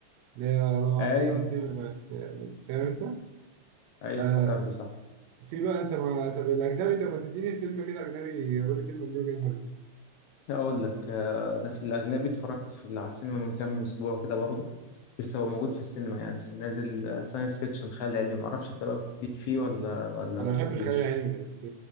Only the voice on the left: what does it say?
ايوه
ايوه
افتكرته صح
اقول لك آه، انا في الاجنبي اتفرجت في على السينما من كام اسبوع كده برضه لسه هو موجود في السينما يعني لسه نازل ساينس فيكشن خيال علمي معرفش انت بقى بتليك فيه ولا ولا ما
بتحبوش